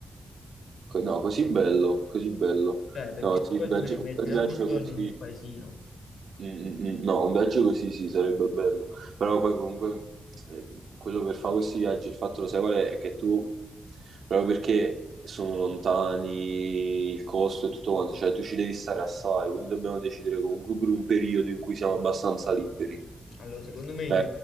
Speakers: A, on the right; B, on the left.
A: co- no, così bello, così bello.
B: Cioè, perché
A: No, sì,
B: poi
A: un viaggio,
B: ti vai a
A: un
B: mettere
A: bel viaggio
B: ogni giorno
A: così,
B: in un paesino.
A: Mm, mm, mm. No, un viaggio così sì, sarebbe bello, però poi comunque eh, quello per fare questi viaggi, il fatto lo sai qual è? È che tu, proprio perché sono lontani, il costo e tutto quanto, cioè tu ci devi stare assai, quindi dobbiamo decidere comunque per un periodo in cui siamo abbastanza liberi.
B: Allora, secondo me in,
A: Cioè,